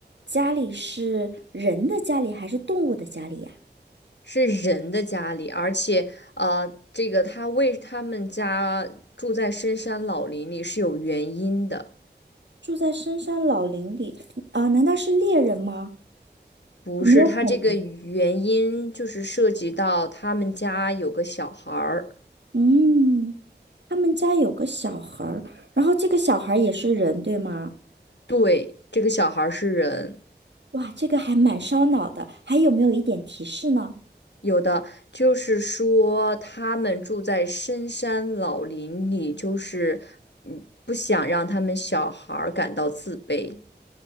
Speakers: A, on the right; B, on the left.
A: 家里是人的家里还是动物的家里呀？
B: 是人的家里，而且呃，这个他为他们家住在深山老林里是有原因的。
A: 住在深山老林里啊，难道是猎人吗？
B: 不是，
A: 有没有可能？
B: 他这个原因就是涉及到他们家有个小孩儿，
A: 嗯，他们家有个小孩儿，然后这个小孩儿也是人，对吗？
B: 对，这个小孩儿是人，
A: 哇，这个还蛮烧脑的，还有没有一点提示呢？
B: 有的就是说他们住在深山老林里，就是嗯不想让他们小孩儿感到自卑。